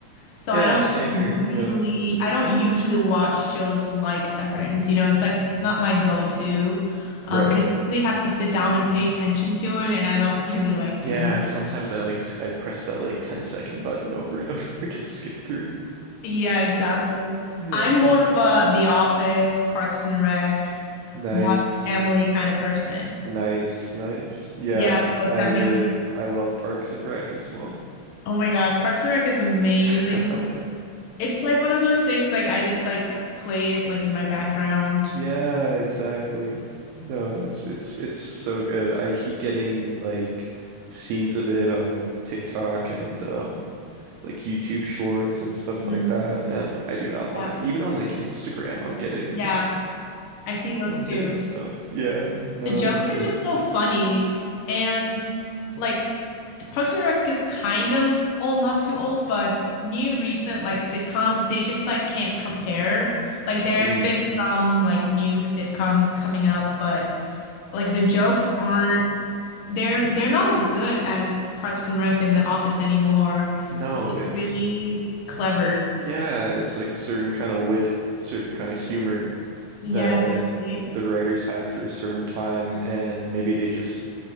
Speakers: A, on the left; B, on the right.
A: So
B: Yeah,
A: I don't
B: same here.
A: usually
B: Yeah.
A: I don't usually watch shows like Severance. You know, it's like it's not my go-to um
B: Right.
A: because I really have to sit down and pay attention to it and I don't <laughs> really like
B: Yeah,
A: doing that.
B: sometimes I like s- I press that like 10 second button over and over <laughs> to skip through.
A: Yeah, exactly.
B: Yeah.
A: I'm more of a The Office, Parks and Rec,
B: Nice.
A: Modern Family kind of person.
B: Nice, nice. Yeah,
A: Yeah,
B: I
A: so Severance
B: really
A: is,
B: I love Parks and Rec as well.
A: oh my God, Parks and Rec is amazing.
B: <laughs>
A: It's like one of those things like I just like play it like in my background.
B: Yeah, exactly. No, that's it's it's so good. I keep getting like scenes of it on TikTok and um like YouTube shorts and stuff
A: Mhm.
B: like that, and I do not mind.
A: Yeah.
B: Even on like Instagram, I'm getting
A: Yeah, I see those
B: I'm
A: too.
B: getting stuff. Yeah, no,
A: The jokes
B: that's good.
A: are just so funny. And like Parks and Rec is kind of old, not too old, but new recent like sitcoms, they just like can't compare. Like there's
B: Mm.
A: been some like new sitcoms coming up, but like the jokes aren't they're they're not as good as Parks and Rec and The Office anymore.
B: No,
A: It's
B: it's,
A: like really clever.
B: it's yeah, it's like a certain kind of wit, certain kind of humor
A: Yeah,
B: that
A: exactly.
B: the writers had for a certain time, and maybe they just